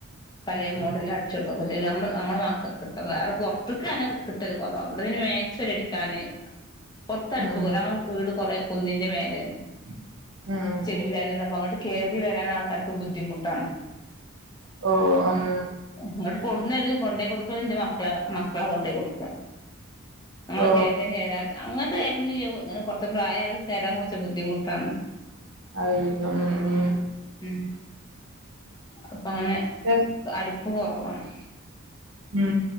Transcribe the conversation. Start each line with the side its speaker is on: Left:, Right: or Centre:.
Left: പലേ
Right: ഉം
Left: മോഡലാക്
Right: ഉം
Left: ച്ചൊട്ക്കൊക്കെ ചെയ്യും നമ്മള് നമ്മടെ മക്ക കിട്ട വേറെ പൊറത്ത്ക്ക് അങ്ങനെ കിട്ടല് കൊറവാ ഇബടെ പിന്നെ മേക് സ്പെരി അടിക്കാന് പൊർത്തടുപ്പ്
Right: ഉം
Left: വേറെ ഞങ്ങളെ വീട് കൊറെ കുന്നിന്റെ മേലേന്ന്
Right: ഉം ഉം.
Left: ചെരിവിലായിതന്നെ അപ്പ അങ്ങട്ട് കേറി വരാൻ ആൾക്കാർക്ക് ബുദ്ധിമുട്ടാണ്
Right: ഓഹ് അങ്
Left: ഇങ്ങട്ട് കൊട്ന്നെര്ലും കൊണ്ടേ കൊട്ക്കലും ഇന്റെ മക്കളാണ് മക്കളാ കൊണ്ടേ കൊട്ക്കാ അങ്ങൻത്തെ
Right: ഓ
Left: കയറ്റം കേറാ അങ്ങൻത്തെ കയ്റ്റ്യെന്നുല്ല ഓ ഇങ്ങനെ കൊർച്ച് പ്രായയാ കേറാൻ കൊ ച്ച് ബുദ്ധിമുട്ടാണ്
Right: ആയിരിക്കും ഉം ഉം
Left: ഉം അപ്പ അങ്ങനെ
Right: ശരി
Left: അടിപ്പ് കൊർവാണ്
Right: ഉം